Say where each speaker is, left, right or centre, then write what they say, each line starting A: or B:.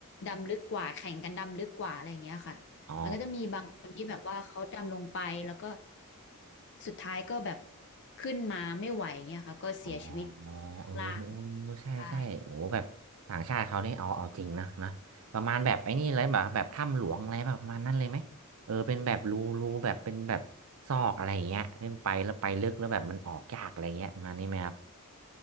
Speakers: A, on the left; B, on the right.
A: ดำลึกกว่าแข่งกันดำลึกกว่าอะไรเงี้ยค่ะมันก็จะมีบางคนที่แบบว่าเขาดำลงไปแล้วก็
B: อ๋อ
A: สุดท้ายก็แบบขึ้นมาไม่ไหวเงี้ยค่ะก็เสียชีวิต
B: อ๋อเออ
A: ข้างล่าง
B: เออใช่ใช่โอ้แบบต่างชาติเขานี่เอาเอาจริงนะนะประมาณแบบไอ้นี่เลยแบบแบบถ้ำหลวงอะไรแบบประมาณนั้นเลยไหมเออเป็นแบบรูรูแบบเป็นแบบซอกอะไรอย่างเงี้ยที่ไปแล้วไปลึกแล้วแบบมันออกยากอะไรเงี้ยประมาณนี้ไหมครับ
A: ใช่